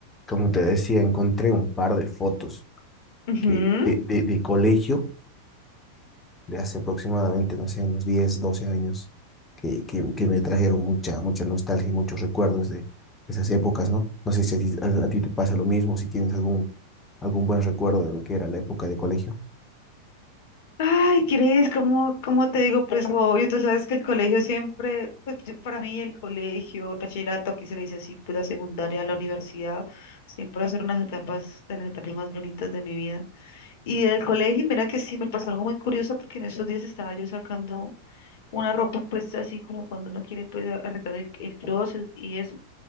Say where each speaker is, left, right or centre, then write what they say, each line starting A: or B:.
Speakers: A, on the left (about 15°); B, on the left (about 50°).
A: Como te decía, encontré un par de fotos
B: Ujú.
A: que, de, de, de colegio de hace aproximadamente, no sé, unos 10 12 años, que, que, que me trajeron mucha, mucha nostalgia y muchos recuerdos de esas épocas, ¿no? No sé si a ti, a- a ti te pasa lo mismo, si tienes algún, algún buen recuerdo de lo que era la época de colegio.
B: Ay, ¿crees? ¿Cómo, cómo te digo? Pues lo obvio, tú sabes que el colegio siempre, pues, yo- para mí el colegio, el bachillerato, aquí se le dice así, pues la secundaria, la universidad, siempre son unas etapas de las etapas más bonitas de mi vida. Y del colegio, mira que sí, me pasó algo muy curioso porque en esos días estaba yo sacando una ropa, pues así como cuando uno quiere, pues a- arreglar el, el closet y eso.